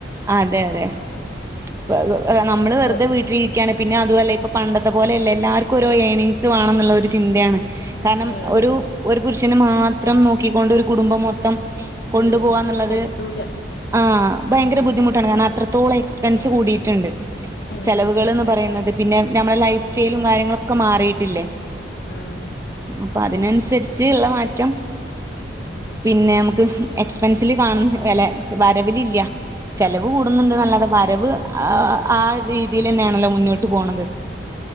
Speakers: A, on the right; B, on the left.
A: ആഹ് അതെ അതെ <unintelligible> നമ്മള് വെറുതെ
B: ഓ
A: വീട്ട്ലിരി ക്ക്യാണ് പിന്നെ അതുവല്ല ഇപ്പ പണ്ടത്തെ പോലെയല്ല എല്ലർക്കും ഓരോ ഏണിങ്ങ്സ് വാണം ഇന്ന്ള്ള ഒര് ചിന്തായാണ് കാരണം
B: ഉം
A: ഒരു ഒര് പുരുഷന് മാത്രം നോക്കിക്കൊണ്ട് ഒരു കുടുംബം മൊത്തം കൊണ്ടു
B: ഉം
A: പോവാന്ന്ള്ളത്
B: എത്തൂല
A: ആഹ് ഭയങ്കര
B: ഉം
A: ബുദ്ധിമുട്ടാണ് കാരണം അത്ര ത്തോളം എക്സ്പെൻസ് കൂടീട്ട്ണ്ട്
B: ഉം
A: ചെലവ്കള്ന്ന് പറയുന്നത് പിന്നെ നമ്മുടെ ലൈഫ് സ്റ്റയ്ലും കാര്യങ്ങളൊക്കെ മാറീട്ടില്ലേ
B: ആഹ്
A: അപ്പതിനൻസരിച്ച്ള്ള മാറ്റം
B: <inaudible>
A: പിന്നെ ഞമ്മക്ക് എക്സ്പെൻസില് കാണ് വെല വരവിലില്ല ചെലവ് കൂട്ന്ന്ണ്ട്ന്നല്ലാതെ വരവ് ആഹ് ആ രീതീലെന്നേണല്ലോ
B: ഉം
A: മുന്നോട്ട് പോണത്